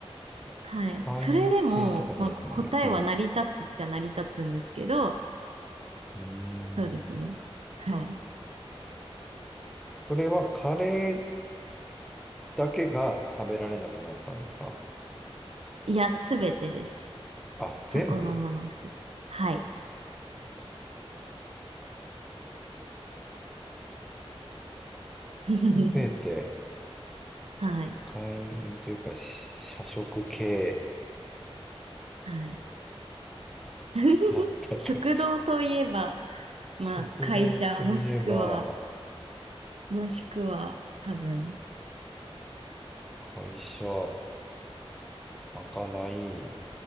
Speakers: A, on the right; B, in the centre.
A: はい。
B: 会員制とかないですもんね。
A: それでも、まあ、答えは成り立つっちゃ成り立つんですけど、
B: うん。うーん。
A: そうですね。はい。
B: それはカレーだけが食べられなくなったんですか
A: いや、すべてです。
B: あ、
A: そこのものすべて。
B: 全部
A: はい。
B: すべて
A: <laughs> はい。
B: 会員というか、し社食系。
A: はい。<laughs>
B: <laughs> 全く。
A: 食堂といえば、
B: 食堂といえば、
A: まあ、会社、もしくは、もしくは、多分、
B: 会社、まかない、